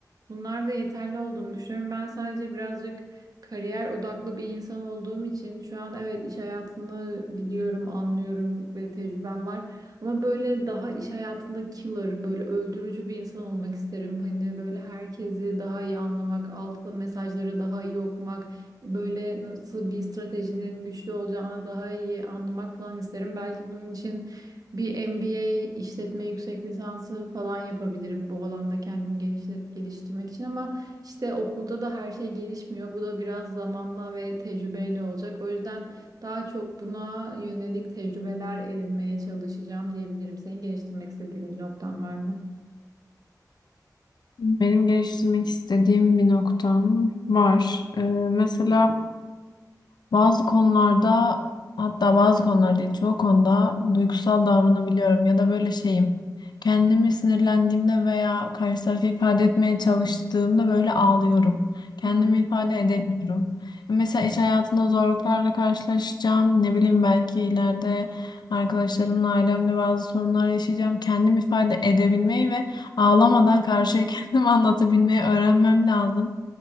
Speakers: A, on the right; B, on the left.
A: Bunlar da yeterli olduğumu düşünüyorum. Ben sadece birazcık kariyer odaklı bir insan olduğum için şu an evet iş hayatını biliyorum, anlıyorum ve tecrübem var. Ama böyle daha iş hayatında killer, böyle öldürücü bir insan olmak isterim. Hani böyle herkesi daha iyi anlamak, altta mesajları daha iyi okumak, böyle nasıl bir stratejinin güçlü olacağını daha iyi anlamak falan isterim. Belki bunun için bir MBA işletme yüksek lisansı falan yapabilirim bu alanda kendimi genişlet geliştirmek için ama işte okulda da her şey gelişmiyor. Bu da biraz zamanla ve tecrübeyle olacak. O yüzden daha çok buna yönelik tecrübeler edinmeye çalışacağım diyebilirim. Senin geliştirmek istediğin bir noktan var mı?
B: Benim geliştirmek istediğim bir noktam var. Ee, mesela Bazı konularda hatta bazı konularda değil çoğu konuda duygusal davranabiliyorum ya da böyle şeyim. Kendimi sinirlendiğimde veya karşı tarafı ifade etmeye çalıştığımda böyle ağlıyorum. Kendimi
A: Hı.
B: ifade edemiyorum. E, Mesela iş hayatında zorluklarla karşılaşacağım. Ne bileyim belki ileride arkadaşlarımla, ailemle bazı sorunlar yaşayacağım. Kendimi ifade edebilmeyi ve ağlamadan karşıya <laughs> kendimi anlatabilmeyi öğrenmem lazım.